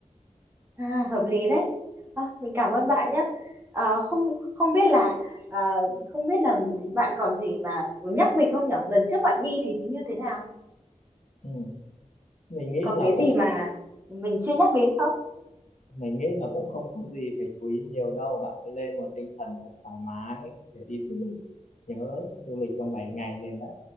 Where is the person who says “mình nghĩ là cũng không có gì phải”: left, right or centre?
Left